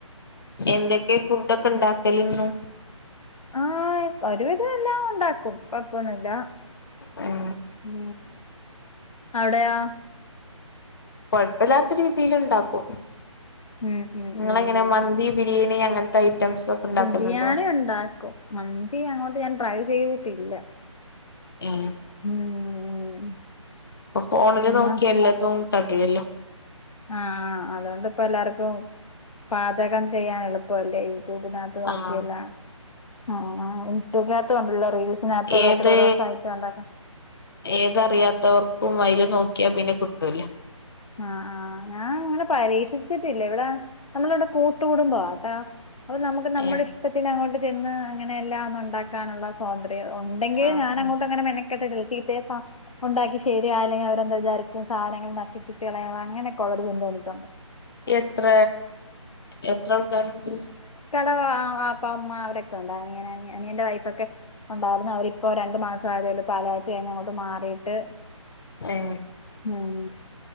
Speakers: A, on the left; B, on the left.
A: എന്തൊക്കെയ ഫുഡൊക്കെ ഇണ്ടാക്കലന്നു
B: ആഹ് ഒരുവിധം എല്ലാം ഉണ്ടാക്കും കൊഴപ്പൊന്നില്ല
A: ഉം
B: ഉ അവിടെയാ
A: കൊഴപ്പില്ലാത്ത രീതിൽ ഉണ്ടാക്കും
B: ഉം ഉം
A: നിങ്ങളങ്ങനെ
B: ഉം
A: മന്തി ബിരിയാണി അങ്ങനത്തെ ഐറ്റംസ് ഒക്കെ ഉണ്ടാക്കലുണ്ടോ
B: ബിരിയാണി ഉണ്ടാക്കും മന്തി അങ്ങോട്ട് ഞാൻ ട്രൈ ചെയ്തിട്ടില്ല
A: ഉ
B: ഉം
A: അ പോണില്
B: പിന്നെ
A: നോക്കിയ എല്ലാതും കഴിവല്ലോ
B: ആ ആ അതുകൊണ്ട്ിപ്പ എല്ലാർക്കും പാചകം ചെയ്യാൻ എളുപ്പല്ലേ യുടിബിനകത്ത് നോക്കിയല്ല
A: ആഹ്
B: ആ ഇസ്റ്റത്തണ്ടല്ലോ റീൽസിനകത്ത
A: ഏത്
B: രോത്തോരോർ ആായിട്ട് ഉണ്ടാക്ക
A: ഏതറിയാത്തവർക്കും അതില് നോക്കിയാ പിന്നെ കിട്ടൂല
B: ആ ആഹ് ഞാൻ അങ്ങനെ പരീക്ഷിച്ചിട്ടില്ല ഇവിടെ നമ്മളിവിടെ കൂട്ടുകുടുംബമാ അപ്പൊ നമുക്ക് നമ്മുടെ
A: ഏഹ്
B: ഇഷ്ടത്തിന് അങ്ങോട്ട് ചെന്ന് അങ്ങനെ എല്ലാം ഒന്നും ഉണ്ടാക്കാനുള്ള സ്വാതന്ത്ര്യം ഉണ്ടെങ്കിൽ
A: ആഹ്
B: ഞാൻ അങ്ങോട്ട് അങ്ങനെ മെനക്കെട്ടില്ല ചീത്ത ആ ഉണ്ടാക്കി ശരി അല്ലെങ്കിൽ അവരെന്താവിചാരിക്ക സാധനങ്ങൾ നശിപ്പിച്ച് കളയാതെ അങ്ങനെ ഉള്ള ഒരു ചിന്തയെനിക്കുണ്ട്
A: എത്ര എത്ര ആൾക്കാരുണ്ട്
B: അ അപ്പ അമ്മ അവരൊക്കെ ഉണ്ട് അനിയൻ അനിയന്റെ വൈഫ ഒക്കെ ഉണ്ടായിരുന്നു അവരിപ്പോ രണ്ടു മാസ- ആയതേയുള്ളു പാല് കാച്ച്കഴിഞ്ഞ് അങ്ങോട്ട് മാറിയിട്ട്
A: ഏഹ്
B: ഉം